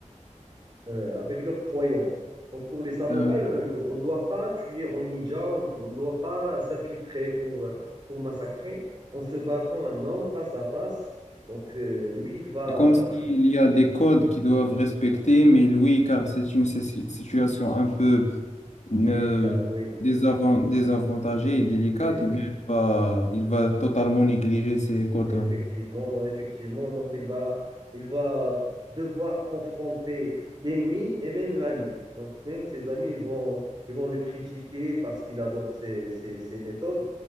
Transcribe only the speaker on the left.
D'accord.
C'est comme s'il y a des codes qu'ils doivent respecter, mais lui,
car c'est une si- situation un peu euh,
désavan- désavantagée et délicate,
eh bien, il va, il va totalement négliger ces codes-là.